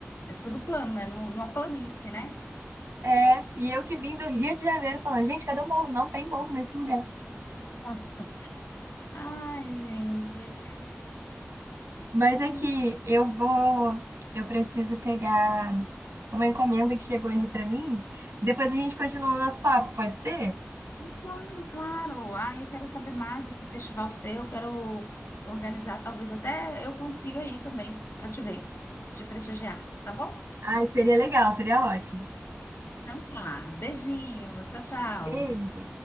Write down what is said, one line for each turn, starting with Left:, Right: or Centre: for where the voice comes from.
Left: É, é tudo plano, é num- numa planície, né?
Right: É, e eu que vim do Rio de Janeiro falando, gente, cadê o morro? Não tem morro nesse lugar.
Left: <laughs> Ah, Ai, gente.
Right: Mas
Left: Ai,
Right: é que eu vou, eu preciso pegar uma encomenda que chegou ali pra mim. Depois a gente continua o nosso papo, pode ser?
Left: claro, claro. ah eu quero saber mais desse festival seu, eu quero organizar, talvez até eu consiga ir também para te ver, te prestigiar, tá bom?
Right: Ai, seria legal, seria ótimo.
Left: Então tá, beijinho, tchau, tchau.
Right: Beijo.